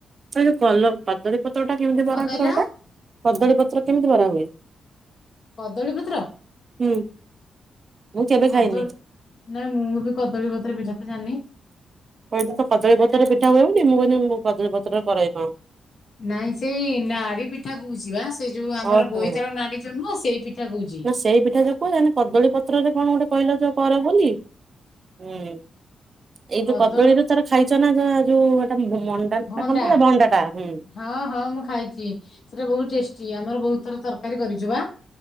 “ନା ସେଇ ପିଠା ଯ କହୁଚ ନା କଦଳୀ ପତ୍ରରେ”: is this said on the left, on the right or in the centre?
Right